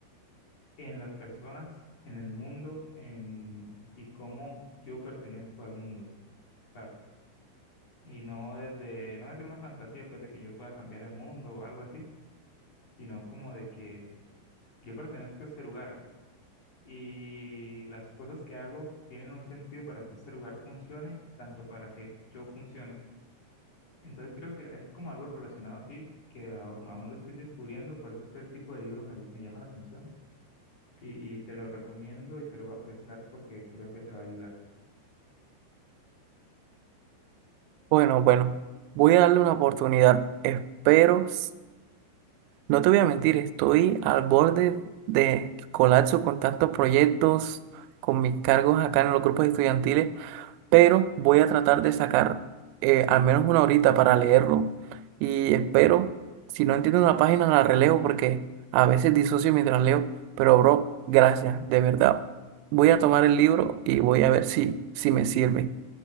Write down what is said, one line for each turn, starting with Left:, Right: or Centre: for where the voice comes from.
Left: en las personas, en el mundo, en y cómo yo pertenezco al mundo, ¿sabes? Y no desde, no desde una fantasía pues de que yo pueda cambiar el mundo o algo así, sino como de que Yo pertenezco a este lugar y las cosas que hago tienen un sentido para que este lugar funcione, tanto para que yo funcione. Entonces creo que es como algo relacionado así, que aún, aún lo estoy descubriendo, por eso es que el tipo de libro me, me llama la atención y, y te lo recomiendo y te lo voy a prestar porque creo que te va a ayudar.
Right: Bueno, bueno, voy a darle una oportunidad. Espero, s- no te voy a mentir, estoy al borde de colapso con tantos proyectos, con mis cargos acá en los grupos estudiantiles. pero voy a tratar de sacar eh, al menos una horita para leerlo y espero, si no entiendo una página, la releo porque a veces disocio mientras leo, pero bro, gracias, de verdad. Voy a tomar el libro y voy a ver si, si me sirve.